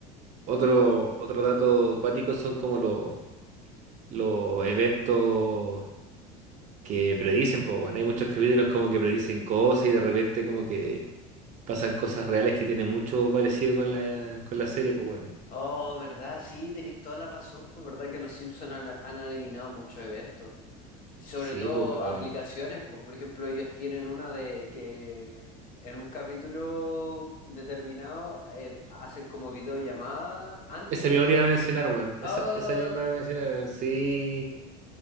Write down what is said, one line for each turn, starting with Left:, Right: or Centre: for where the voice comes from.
Right: otro, otro dato cuático son como los, los eventos. que predicen, pues bueno, hay muchos capítulos como que predicen cosas y de repente como que pasan cosas reales que tienen mucho parecido con la, con la serie, pues bueno.
Left: Oh, verdad, sí, tenéis toda la razón, pues verdad que los Simpsons han, han adivinado muchos eventos. Y sobre
Right: Sí,
Left: todo
Right: pues bueno.
Left: aplicaciones, po- por ejemplo, ellos tienen una de que en un capítulo determinado eh, hacen como videollamada antes
Right: Esa
Left: de
Right: misma
Left: que
Right: te
Left: existieran.
Right: iba a mencionar, weón.
Left: ¡Ah!
Right: Esa, esa misma me mencionaron, sí.